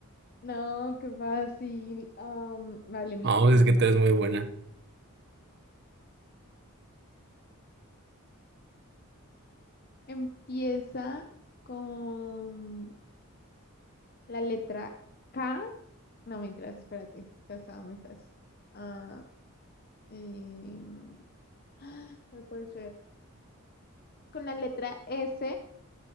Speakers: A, on the left; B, on the right.
A: no, qué fácil. Am, vale, mi
B: Vamos,
A: turno.
B: es que tú eres muy buena
A: Empieza con la letra K. No, mentiras, espérate. Esa estaba muy fácil. Ah, em, <gasps> ¿cuál puede ser? Con la letra S